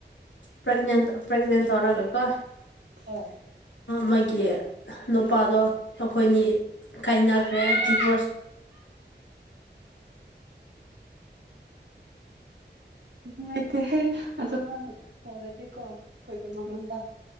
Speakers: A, on the left; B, on the right.
A: ꯄꯦꯒꯅꯦꯟ ꯄꯦꯒꯅꯦꯟ ꯇꯧꯔꯒ ꯀꯣ
B: ꯍꯣꯏ
A: ꯃꯥꯒꯤ ꯅꯨꯄꯥꯗꯣ ꯑꯩꯈꯣꯏꯅꯤ ꯀꯥꯏꯅꯈ꯭ꯔꯦ ꯗꯤꯚꯣꯔꯁ
B: ꯅꯨꯡꯉꯥꯏꯇꯦꯍꯦ ꯑꯗꯨꯅ ꯇꯧꯔꯗꯤꯀꯣ ꯑꯩꯈꯣꯏꯒꯤ ꯃꯃꯥꯡꯗ